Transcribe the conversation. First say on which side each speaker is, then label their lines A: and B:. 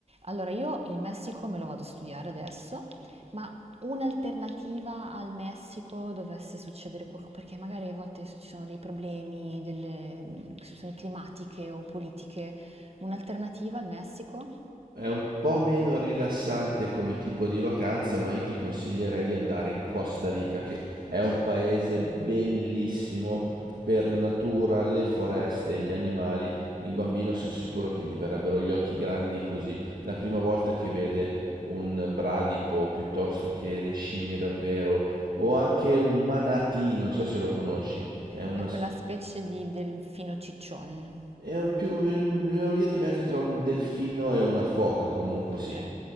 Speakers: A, on the right (about 45°); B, on the right (about 80°).
A: Allora, io il Messico me lo vado a studiare adesso, ma un'alternativa al Messico dovesse succedere qualcosa, perché magari a volte ci sono dei problemi, delle mh, situazioni climatiche o politiche. Un'alternativa al Messico
B: È un po' meno rilassante come tipo di vacanza, ma io ti consiglierei di andare in Costa Rica, che è un paese bellissimo per la natura, le foreste, gli animali. Il bambino sono sicuro che gli verrebbero gli occhi grandi così. La prima volta che vede un bradipo piuttosto che le scimmie davvero, o anche un manatee, non so se lo conosci, è una,
A: è quella
B: sp-
A: specie di delfino ciccione.
B: è più una via di mezzo tra un delfino e una foca, comunque
A: Ok,
B: sì.